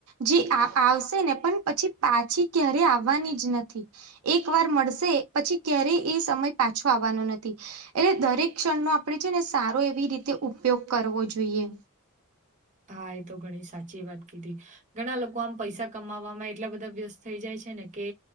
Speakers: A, on the right; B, on the right.
A: જી આ આવશે ને પન પછી પાછી ક્યારે આવાની જ નથી. એક વાર મળશે પછી ક્યારેય એ સમય પાછો આવવાનો નથી. એટલે, દરેક ક્ષણનો આપણે છે ને સારો એવી રીતે ઉપયોગ કરવો જોઈએ.
B: હા, એ તો ઘણી સાચી વાત કીધી. ઘણા લોકો આમ પૈસા કમાવામાં એટલા બધા વ્યસ્ત થઈ જાય છે ને કે.